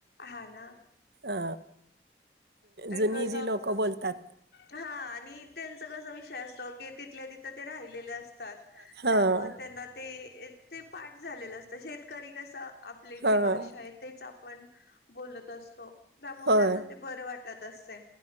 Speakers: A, on the left (about 65°); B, on the right (about 65°).
A: ह ना
B: अ
A: ते
B: जुनी
A: कसं
B: जी लोकं बोलतात
A: हा आणि त्यांच कसा विषय असतो की तिथल्या तिथं ते राहिलेले असतात
B: हां.
A: त्यामुळे त्यांना ते ते पाठ झालेलं असतं शेतकरी कसं आपले
B: हां.
A: जे भाषा आहे तेच बत असतो त्यामुळे
B: होय.
A: त्यांना ते बर वाटत असते